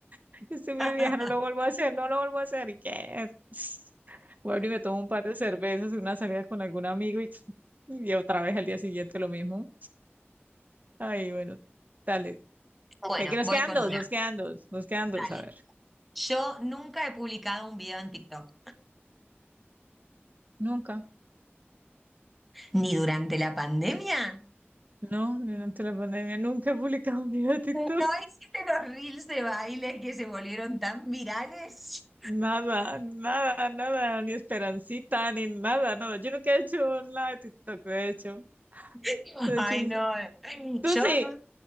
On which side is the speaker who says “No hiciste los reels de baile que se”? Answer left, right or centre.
Centre